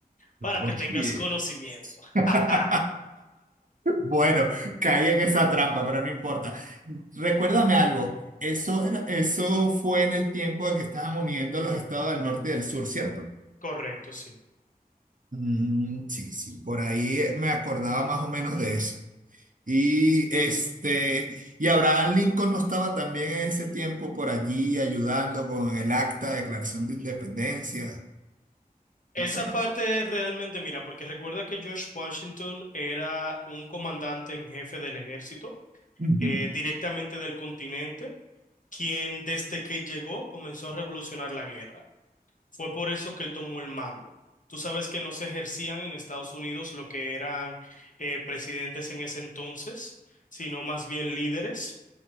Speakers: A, on the left; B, on the right.
A: para
B: Oye.
A: que tengas conocimiento. <laughs>
B: <laughs>
A: Ajá,
B: Bueno, caí en esa trampa, pero no importa. Recuérdame algo. Eso era- eso fue en el tiempo de que estaban uniendo los estados del norte y del sur, ¿cierto?
A: Correcto, sí.
B: Mm, sí, sí, por ahí me acordaba más o menos de eso. Y este, y Abraham Lincoln no estaba también en ese tiempo por allí ayudando con el acta de declaración de independencia.
A: Esa
B: Esa parte.
A: parte realmente, mira, porque recuerda que George Washington era un comandante en jefe del ejército
B: Ujú,
A: eh, directamente del continente quien desde que llegó comenzó a revolucionar la guerra. Fue por eso que él tomó el mando. Tú sabes que no se ejercían en Estados Unidos lo que eran eh, presidentes en ese entonces, sino más bien líderes.